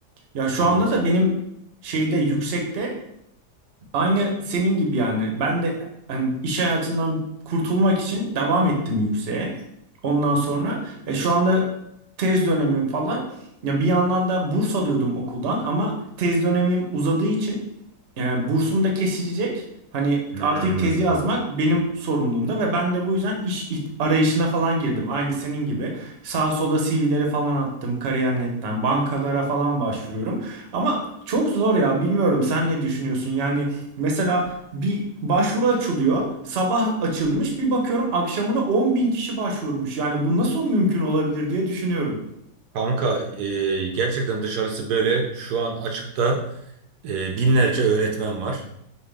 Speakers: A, on the right (about 50°); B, on the right (about 75°).
A: Ya şu
B: Evet.
A: anda da benim şeyde yüksekte aynı senin gibi yani. Ben de hani iş hayatından kurtulmak için devam ettim yükseğe. Ondan sonra e, şu anda tez dönemim falan. Ya bir yandan da burs alıyordum okuldan ama tez dönemim uzadığı için yani bursum da kesilecek. Hani
B: Hmm.
A: artık tezi yazmak benim sorumluluğumda ve ben de bu yüzden iş iht- arayışına falan girdim. Aynı senin gibi. Sağa sola CV'leri falan attım kariyer nokta netten Bankalara falan başvuruyorum. Ama çok zor ya bilmiyorum sen ne düşünüyorsun? Yani mesela bir başvuru açılıyor. Sabah açılmış bir bakıyorum akşamına 10 bin kişi başvurmuş. Yani bu nasıl mümkün olabilir diye düşünüyorum.
B: Kanka e, gerçekten dışarısı böyle şu an açıkta e, binlerce öğretmen var.